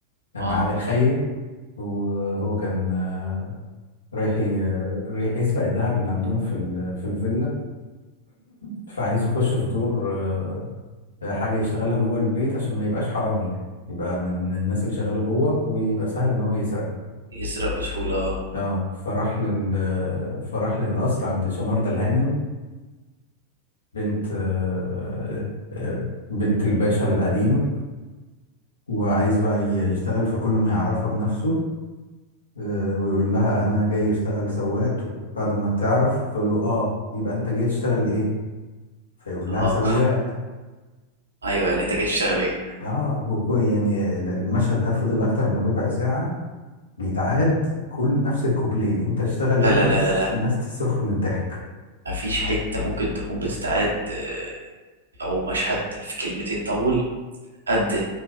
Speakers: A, on the left; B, on the right.
A: مع
B: اه
A: عادل خيري وهو كان آه، رايح ي- رايح يسرق الذهب اللي عندهم في ال- في الفيلا <clears throat> فعايز يخش في دور آه، آه، حاجة يشتغلها جوه البيت عشان ما يبقاش حرامي يبقى من من الناس اللي شغالة جوه ويبقى سهل ان هو يسرق
B: يسرق بسهولة
A: اه فراح لل آه، فراح للقصر عند شماردة الهانم بنت آه، آه، آه، بنت الباشا القديم وعايز بقى ي- يشتغل فكل ما يعرفها بنفسه آه، ويقول لها انا جاي اشتغل سواق تو- بعد ما تعرف تقول له اه يبقى انت جاي تشتغل ايه فيقول
B: اه
A: لها سواق
B: ايوه يعني انت كده تشتغل ايه
A: اه وكو- يعني ال- المشهد ده فضل اكتر من ربع ساعة بيتعاد كل نفس الكوبليه انت تشتغل
B: لا
A: ايه
B: لا
A: ونفس
B: لا لا لا
A: الناس تصرخ من الضحك
B: مفيش حتة ممكن تكون بتتعاد آه، أو مشهد في كلمتين طول قد